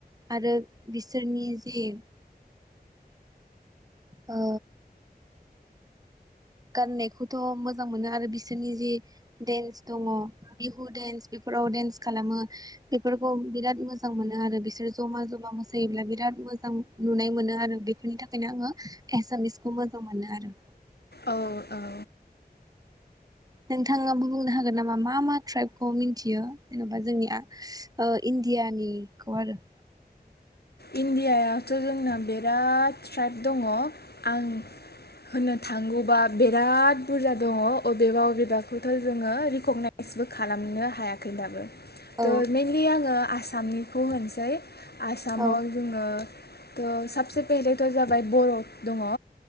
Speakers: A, on the right; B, on the left.
A: आरो बिसोरनि जे औ गाननायखौथ' मोजां मोनो आरो बिसोरनि जि देन्स दङ बिहु देन्स बेफोराव डेन्स खालामो बेफोरखौ बिराद मोजां मोनो आरो बिसोर जमा जमा मोसायोब्ला बिराद मोजां नुनाय मोनो आरो बेफोरनि थाखायनो आङो एसामिसखौ मोजां मोनो आरो
B: औ औ
A: नोंथाङाबो बुंनो हागोन नामा मा मा ट्राइबखौ मिथियो जेन'बा जोंनिया ओ इण्डियानिखौ आरो
B: इण्डियाथ' जोंना बिराद ट्राइब दङ आं होनो थांगौ बा बिराद बुरजा दङ अबेबा अबेबाखौथ' जोङो रिकगनाइसबो खालामनो हायाखै दाबो त
A: औ
B: मेनलि आङो आसा सामनिखौ होनसै आसामाव
A: औ
B: थ' सबसे फेेेहेलेथ' जाबाय बर' दङ